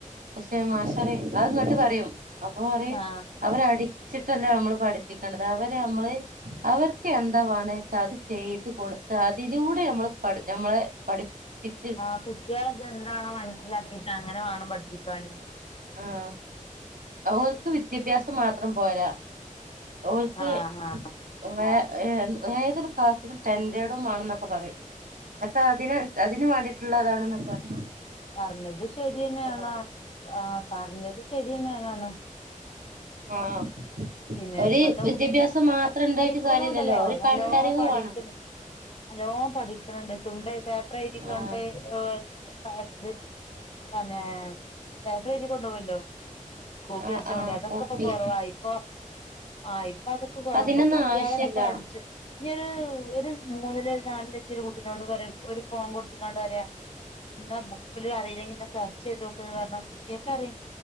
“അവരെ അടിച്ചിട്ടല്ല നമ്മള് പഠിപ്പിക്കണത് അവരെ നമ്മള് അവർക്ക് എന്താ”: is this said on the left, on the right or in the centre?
Right